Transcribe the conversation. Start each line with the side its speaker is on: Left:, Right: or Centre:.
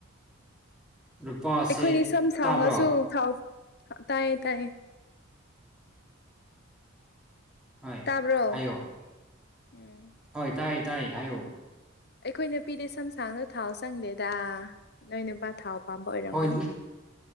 Centre: ꯂꯨꯄꯥꯁꯦ
Left: ꯑꯩꯈꯣꯏꯗꯤ ꯁꯝ ꯁꯥꯡꯉꯁꯨ
Centre: ꯇꯥꯕ꯭ꯔꯣ
Left: ꯊꯥꯎ ꯇꯥꯏꯌꯦ ꯇꯥꯏꯌꯦ
Centre: ꯍꯣꯏ
Left: ꯇꯥꯕ꯭ꯔꯣ
Centre: ꯍꯥꯏꯌꯣ
Left: ꯎꯝ
Centre: ꯍꯣꯏ ꯇꯥꯏꯌꯦ ꯇꯥꯏꯌꯦ ꯍꯥꯏꯌꯣ
Left: ꯑꯩꯈꯣꯏ ꯅꯨꯄꯤꯗꯤ ꯁꯝꯁꯥꯡꯉ ꯊꯥꯎ ꯆꯪꯗꯦꯗ ꯅꯣꯏ ꯅꯨꯄꯥ ꯊꯥꯎ ꯄꯥꯝꯕ ꯑꯣꯏꯔꯝꯒꯅꯤ
Centre: ꯍꯣꯏ